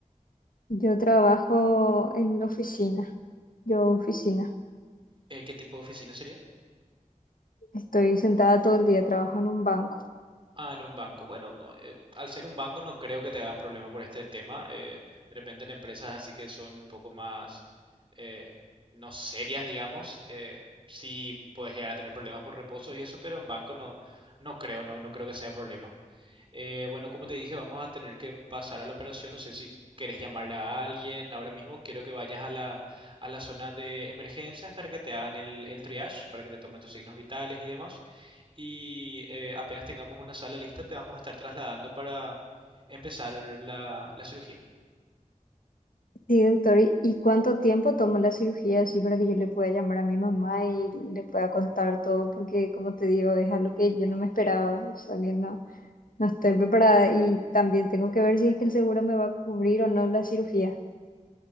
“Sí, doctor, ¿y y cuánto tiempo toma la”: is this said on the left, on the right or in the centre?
Left